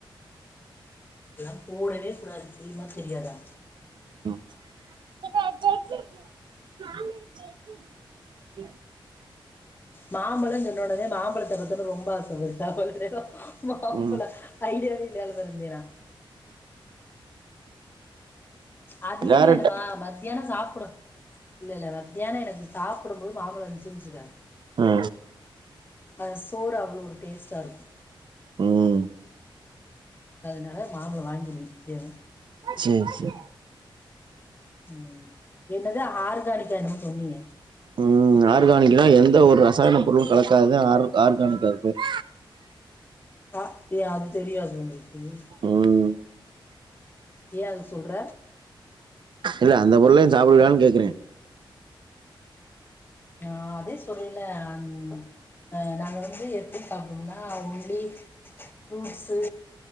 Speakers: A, on the left; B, on the right.
A: இப்பில்லா போடவே கூடாது தெரியுமா தெரியாதா
B: <unintelligible>
A: மாம்பழன் சொன்னோனதே மாம்பழத்த பாத்தோன ரொம்ப ஆச வருது <unintelligible> மாம்பழ
B: ம்
A: ஐடியாவே இல்லயானு <unintelligible> அதிகமா
B: டேரக்டா
A: என்னமா மத்தியான சாப் புட இல்லெல்ல மத்தியான எனக்கு சாப் புடும்போது மாம்பழ இருன்ச்சுன் வச்சுக்க
B: ஆ
A: சோறு அவ்ளோ ஒரு டேஸ்டா இருக்கு
B: ம்
A: அதுனாலதா மாம்பழ வாங்கிருவே எப்டியாலு
B: சேரி சேரி
A: ம் என்னது ஆர்கானிக்கா என்னமோ சொன்னீங்க
B: ம் ஆர்கானிக்குனா எந்த ஒரு ரசாயன பொருளு கலக்காது ஆர் ஆர்கானிக் அது பேரு
A: அ அது தெரியாது <unintelligible>
B: ம்
A: ஏ அது சொல்ற
B: இல்ல அந்த பொருளையு சாப்புடலான் கேக்குற
A: ஆ அதே சொல்ல அந் அ நாங்க வந்து எத்து சாப்புடுவோன்னா ஒன்லி ஃப்ரூட்ஸு